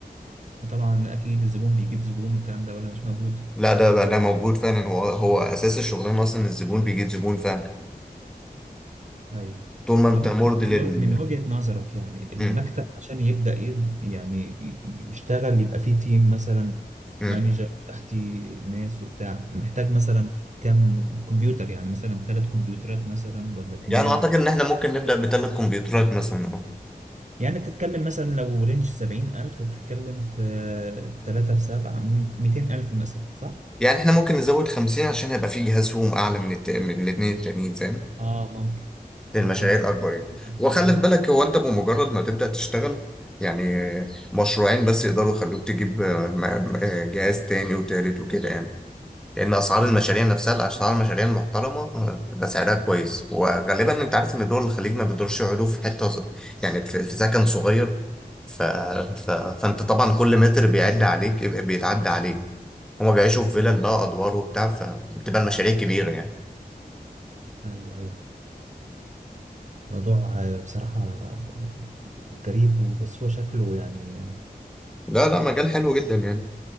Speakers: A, on the right (about 50°); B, in the centre.
A: وطبعا اكيد الزبون بيجيب زبون والكلام ده ولا مش موجود
B: لا ده بقى ده موجود فعلا هو هو اساس الشغلانه اصلا الزبون بيجيب زبون فعلا
A: ايوه
B: طول ما انت
A: طب انت
B: مرضي
A: من
B: لل
A: و- من وجهة نظرك يعني المكتب
B: مم.
A: عشان يبدأ يد يعني ي- يشتغل يبقى فيه تيم مثلا
B: مم.
A: مانجر تحتي ناس وبتاع محتاج مثلا كم كمبيوتر يعني مثلا ثلاث كمبيوترات مثلا ولا اتنين
B: يعني اعتقد
A: ولا
B: ان احنا ممكن نبدا بثلاث كمبيوترات مثلا اه
A: يعني بتتكلم مثلا لو رينج سبعين ألف بتتكلم في تلاتة في سبعة ميتين ألف مثلا صح؟
B: يعني احنا ممكن نزود 50 عشان هيبقى في جهاز فيهم اعلى من الت... من الاثنين التانيين فاهم
A: اه ممكن
B: للمشاريع
A: ممكن ميتين
B: الاكبر يعني
A: ألف
B: وخلي
A: مثلا
B: في بالك هو انت بمجرد ما تبدا تشتغل يعني مشروعين بس يقدروا يخلوك تجيب آه، م- آه، جهاز تاني وتالت وكده يعني لان اسعار المشاريع نفسها اسعار المشاريع المحترمه آه، بتبقى سعرها كويس وغالبا انت عارف ان دول الخليج ما بيدورش يقعدوا في حته ص- يعني في في سكن صغير ف... ف... فانت طبعا كل متر بيعد عليك بيتعدى عليك هما بيعيشوا في فيلل
A: آه.
B: بقى ادوار وبتاع فبتبقى المشاريع كبيره يعني
A: أيوه أيوه موضوع آه، بصراحة آه، غريب وبس هو شكله يعني
B: لا لا مجال حلو جدا يعني